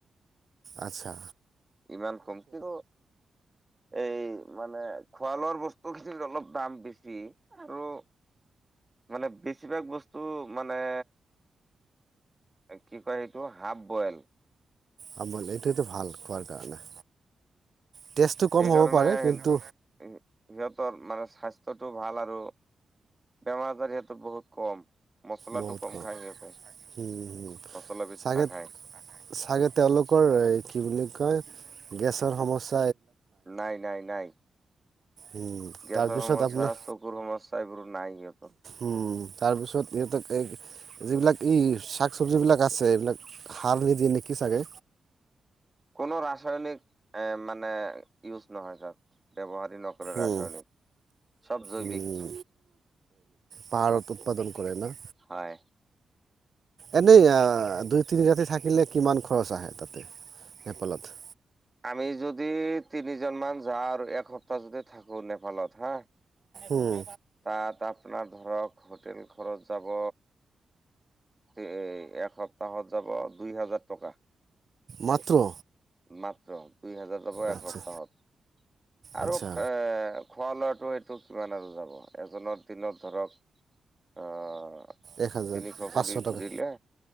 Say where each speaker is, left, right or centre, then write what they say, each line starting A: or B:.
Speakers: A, on the right; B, on the right.
A: আচ্ছা
B: ইমান কমকে এই মানে খোৱা লোৱা বস্তু খিনিত অলপ দাম বেছি আৰু মানে বেছিভাগ বস্তু মানে কি কয় সেইটো হাফ বইল।
A: অঁ বুজ সেইটো ভাল খোৱাৰ কাৰণে। টেষ্টটো কম
B: এইকাৰণে
A: হ'ব পাৰে কিন্তু
B: সিহত মানে স্বাস্থ্যতটো ভাল আৰু বেমাৰ আজাৰ সিহেতটো বহুত কম। মছলাটো
A: বহুত কম।
B: খায় সিহঁতে
A: উম, উম, উম।
B: মছলা বেছি
A: চাগে,
B: নাখায়।
A: চাগে তেওঁলোকৰ কি বুলি কয় গেছৰ সমস্যা
B: নাই নাই নাই।
A: উম,
B: গেছৰ
A: তাৰপিছত
B: সমস্যা,
A: আপোনাৰ
B: চকুৰ সমস্যা এইবোৰো নাই সিহঁতৰ
A: উম, তাৰপিছত সিহঁতক এই যিবিলাক ই শাক চবজি বিলাক আছে, এইবিলাক সাৰ নিদিয়ে নেকি চাগে।
B: কোনো ৰাসায়নিক এ মানে ইউজ নহয় তাত। ব্যৱহাৰ নকৰে ৰাচায়নিক।
A: উম,
B: চব জৈৱিক
A: উম, পাহাৰত উৎপাদন কৰে ন?
B: হয়।
A: এনেই আহ দুই তিনি ৰাতি থাকিলে কিমান খৰচ আহে তাতে, নেপালত?
B: আমি যদি তিনিজন মান যাওঁ আৰু এক সপ্তাহ যদি থাকো নেপালত হা
A: উম।
B: তাত আপোনাৰ ধৰক হোটেল খৰত যাব এ এসপ্তাহত যাব দুই হাজাৰ টকা।
A: মাত্ৰ?
B: মাত্ৰ। দুই হাজাৰ যাব এসপ্তাহত।
A: আচ্ছা
B: আৰু
A: আচ্ছা
B: এ খোৱা লোৱাটো সেই টোত কিমান আৰু যাব, এজনক দিনত ধৰক আহ তিনি
A: এক হাজাৰ
B: শ
A: পাঁচশ
B: কৰি
A: টকা
B: ধৰিলে?